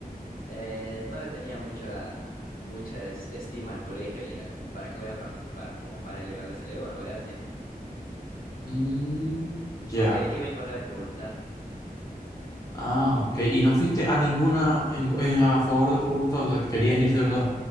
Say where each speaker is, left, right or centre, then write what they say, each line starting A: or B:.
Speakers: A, on the left; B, on the left.
A: Eh, no le tenía mucha, mucha este, estima al colegio y era como, ¿para qué voy a participar? Como para elevarles el ego, no, gracias.
B: Mm,
A: Porque
B: ya.
A: iba en contra de mi voluntad.
B: Ah, ok. ¿Y no fuiste a ninguna en, en- a favor de tu voluntad? O sea, que querías ir de verdad.